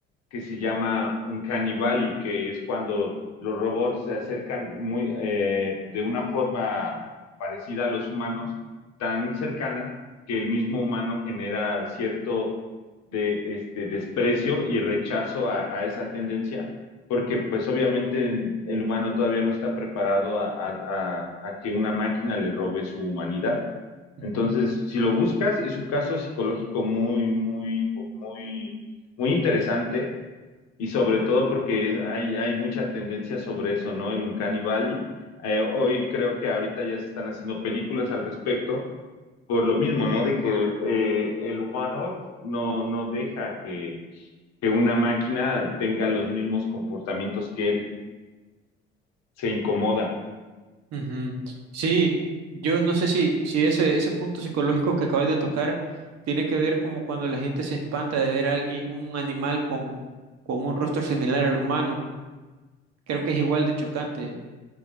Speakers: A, on the left; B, on the right.
A: que se llama un caníbal, y que es cuando los robots se acercan muy, eh, de una forma parecida a los humanos, tan cercana que el mismo humano genera cierto de, este, desprecio y rechazo a, a esa tendencia, porque pues obviamente el humano todavía no está preparado a, a, a- a que una máquina le robe su humanidad.
B: ujú.
A: Entonces, si lo buscas, es un caso psicológico muy, muy, muy, muy interesante y sobre todo porque es- hay, hay mucha tendencia sobre eso, ¿no? El Uncanny Valley. Eh, hoy creo que ahorita ya se están haciendo películas al respecto, por lo mismo, ¿no? De que eh, el humano no, no deja que, que una máquina tenga los mismos comportamientos que él. Se incomoda,
B: Ujú. Sí, yo no sé si, si ese, ese punto psicológico que acabas de tocar tiene que ver como cuando la gente se espanta de ver a alguien, un animal con, con un rostro similar al humano. Creo que es igual de chocante.